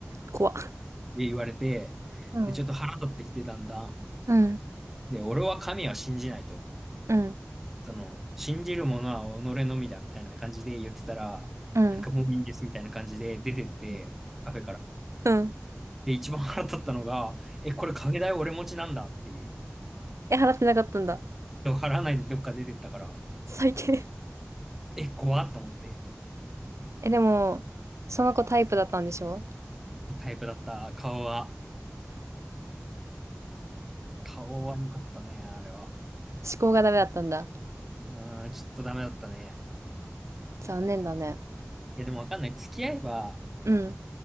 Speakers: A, on the right (about 75°); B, in the centre.
A: 怖っ。
B: で言われて、
A: うん、
B: で、ちょっと腹立ってきてだんだん。
A: うん、
B: で、俺は神は信じないと。
A: うん、
B: その、信じるものは己のみだみたいな感じで言ってたら、
A: うん。
B: なんかもういいですみたいな感じで出てって、
A: うん。
B: カフェから。
A: うん
B: で、一番腹立ったのが、え、これカフェ代俺持ちなんだっていう。
A: え、払ってなかったんだ。
B: 払わないでどっか出てったから、
A: 最低。
B: え、怖っと思って。
A: え、でも、その子タイプだったんでしょ
B: タイプだった。顔は。顔は良かったね、あれは。
A: 思考がダメだったんだ。
B: うーん、ちょっとダメだったね。
A: 残念だね。
B: いや、でもわかんない。付き合えば、
A: うん。